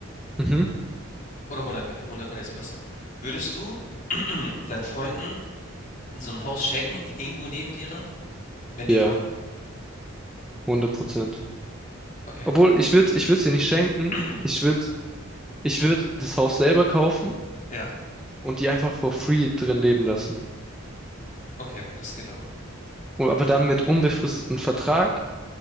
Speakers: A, in the centre; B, on the left.
A: mhm.
B: Oder hundert Mille, hundert Mille ist besser. Würdest du <clears throat> deinen Freunden so ein Haus schenken, die irgendwo neben dir dann? Wenn
A: Ja.
B: die wollen?
A: hundert Prozent.
B: Okay.
A: Obwohl, ich würde ich würde sie nicht schenken.
B: <clears throat>
A: Ich würde ich würd das Haus selber kaufen
B: Ja,
A: und die einfach for free drin leben lassen.
B: okay, das geht auch.
A: Und, aber dann mit unbefristetem Vertrag,